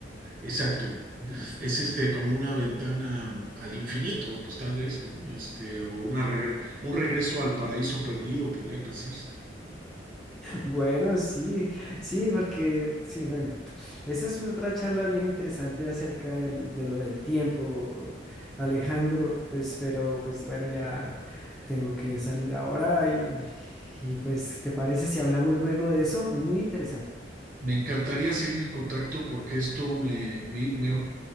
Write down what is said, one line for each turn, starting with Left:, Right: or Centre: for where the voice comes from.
Right: Exacto.
Centre: <laughs>
Right: Es este como una ventana al infinito, pues tal vez, ¿no? Este, o una regre- un regreso al paraíso perdido, podría pensarse.
Centre: Bueno, sí, sí, porque sí, bueno, esa es otra charla bien interesante acerca del- de lo del tiempo, Alejandro, pues, pero pues bueno, ya tengo que salir ahora y, y pues, ¿te parece si hablamos luego de eso? Muy interesante.
Right: Me encantaría seguir en contacto porque esto me, me, me,